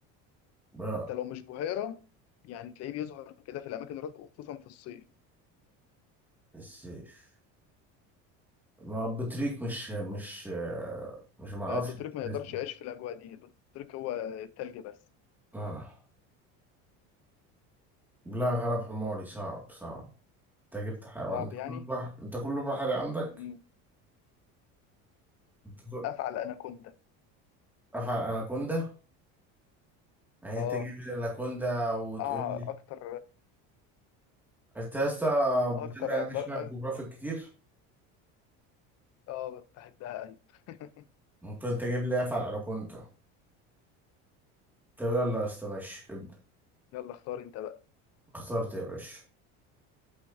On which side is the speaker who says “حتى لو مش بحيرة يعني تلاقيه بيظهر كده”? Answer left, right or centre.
Left